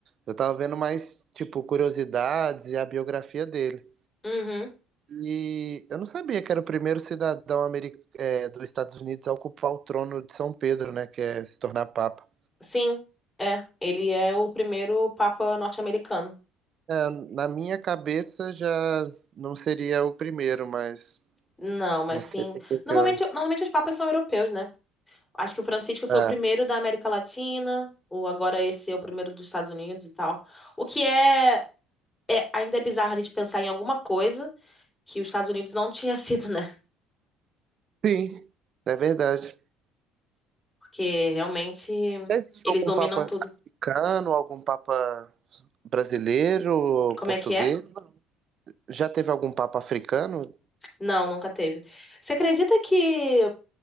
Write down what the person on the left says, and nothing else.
Uhum,
sim, é. Ele é o primeiro papa norte-americano.
Não, mas
sim.
Normalmente,
normalmente os papas são europeus, né? Acho que o Francisco foi
o primeiro da América Latina, ou agora esse é o primeiro dos Estados Unidos e tal. O que é. É, ainda é bizarro a gente pensar em alguma coisa que os Estados Unidos não tinha <laughs> sido, né?
Porque realmente
eles
dominam
tudo.
Como
é que é?
Não, nunca teve. Você acredita que,